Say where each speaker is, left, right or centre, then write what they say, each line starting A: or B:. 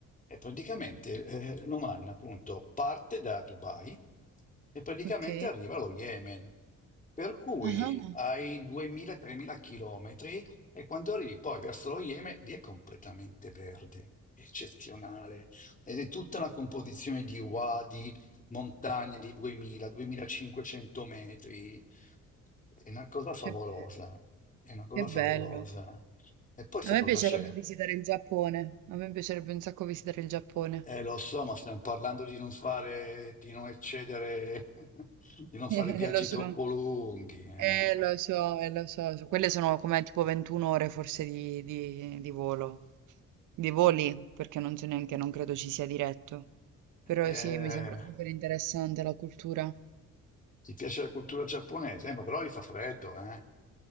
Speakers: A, on the left; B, on the right.
A: E praticamente eh, l'Oman appunto parte da Dubai e praticamente
B: Ok.
A: arriva allo Yemen, per cui
B: Ah,
A: hai 2000-3000 chilometri e quando arrivi poi verso lo Yemen lì è completamente verde, eccezionale, ed è tutta una composizione di wadi, montagne di 2000-2500 metri, è una cosa favolosa,
B: Che, be-
A: è una cosa
B: che bello.
A: favolosa. E poi sai
B: A me
A: cosa
B: piacerebbe
A: c'è?
B: visitare il Giappone. A me piacerebbe un sacco visitare il Giappone.
A: Eh, lo so, ma stiamo parlando di non fare, di non eccedere, <laughs> di non fare
B: <laughs>
A: viaggi
B: Lo so.
A: troppo lunghi. eh.
B: Eh, lo so, eh, lo so, so- quelle sono come tipo 21 ore forse di, di- di volo, di voli, perché non so neanche, non credo ci sia diretto, però
A: Eh,
B: sì, mi sembra super interessante la cultura.
A: ti piace la cultura giapponese? Eh, ma però lì fa freddo, eh.